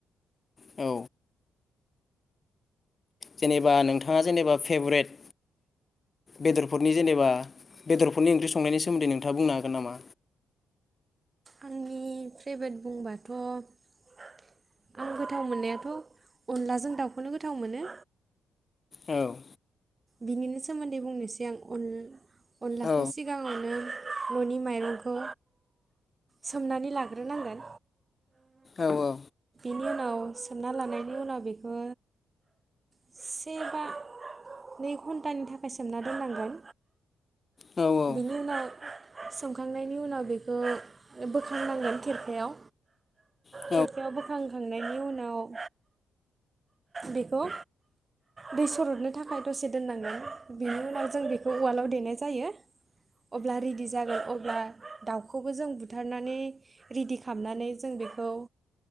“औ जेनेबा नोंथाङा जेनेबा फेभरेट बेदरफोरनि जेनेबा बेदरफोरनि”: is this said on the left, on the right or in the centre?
Left